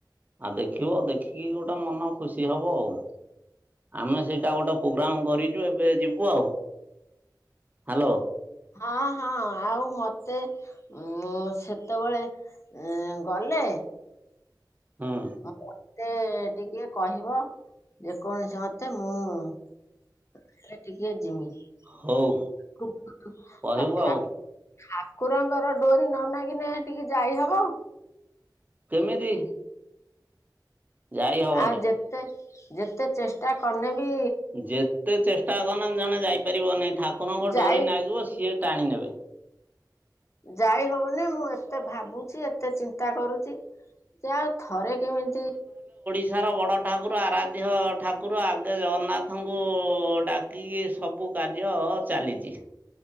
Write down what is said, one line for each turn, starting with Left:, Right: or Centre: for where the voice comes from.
Right: ଆଉ ଦେଖିବ ଦେଖିକି ଗୋଟେ ମନ ଖୁସି ହବ ଆଉ। ଆମେ ସେଇଟା ଗୋଟେ ପ୍ରୋଗ୍ରାମ କରିଛୁ ଏବେ ଯିବୁ ଆଉ ହ୍ୟାଲୋ।
Left: ହଁ ହଁ ଆଉ ମତେ ଉ ସେତେବେଳେ ଉ ଗଲେ
Right: ହୁଁ
Left: ମୁଁ ମତେ ଟିକେ କହିବ ଯେକୌଣସି ମତେ ମୁଁ ହେଲେ ଟିକେ ଜିମି।
Right: ହଉ
Left: <unintelligible>
Right: କହିବୁ
Left: ଠାକୁରଙ୍କର
Right: ଆଉ
Left: ଡୋରି ନ ନାହେଲେ ଟିକେ ଯାଇହବ?
Right: କେମିତି? ଯାଇ ହବନି
Left: ଆଉ ଯେତେ ଯେତେ ଚେଷ୍ଟା କନେ ବି
Right: ଯେତେ ଚେଷ୍ଟା କରନେ ଜଣେ ଯାଇପାରିବନିହିଁ ଠାକୁରଙ୍କ
Left: ଯାଇ
Right: ଡୋରି ନାଗିବ ସିଏ ଟାଣି ନେବେ।
Left: ଯାଇ ହଉନି ମୁଁ ଏତେ ଭାବୁଛି ଏତେ ଚିନ୍ତା କରୁଚି। ସେ ଆଉ ଥରେ କେମିତି
Right: ଓଡ଼ିଶାର ବଡ଼ ଠାକୁର ଆରାଧ୍ୟ ଠାକୁର ଆଗେ ଜଗନ୍ନାଥଙ୍କୁ ଡାକ କି ସବୁ କାର୍ଯ୍ୟ ଚାଲିଛି।